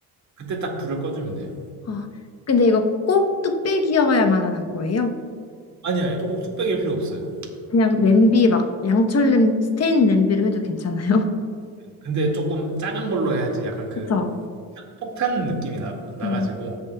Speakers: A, on the right; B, on the left.
A: 그때 딱 불을 꺼주면 돼요.
B: 아, 근데 이거 꼭 뚝배기여야만 하는 거예요?
A: 아니 아니 또꼭 뚝배기일 필요 없어요.
B: 그냥 냄비 막 양철 냄비, 스테인 냄비로 해도 괜찮아요? <laughs>
A: 근데 조금 작은 걸로 해야지 약간 그
B: 그쵸?
A: 폭탄 느낌이 나, 나가지고
B: 아,